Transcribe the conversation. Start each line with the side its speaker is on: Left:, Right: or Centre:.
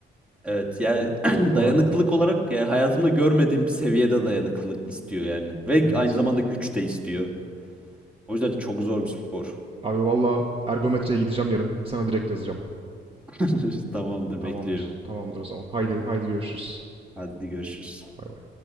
Centre: Evet yani <clears throat>
Right: Hiç durmadan
Centre: dayanıklılık
Right: yapmak.
Centre: olarak ya hayatımda görmediğim bir seviyede dayanıklılık istiyor yani. Ve
Right: Evet.
Centre: aynı zamanda güç de istiyor. O yüzden çok zor bir spor.
Right: Abi valla ergometreye gideceğim yarın. Sana direkt yazacağım.
Centre: <laughs> Tamamdır
Right: Tamamdır.
Centre: bekliyorum.
Right: Tamamdır o zaman. Haydi haydi görüşürüz.
Centre: Hadi görüşürüz.
Right: Bay bay.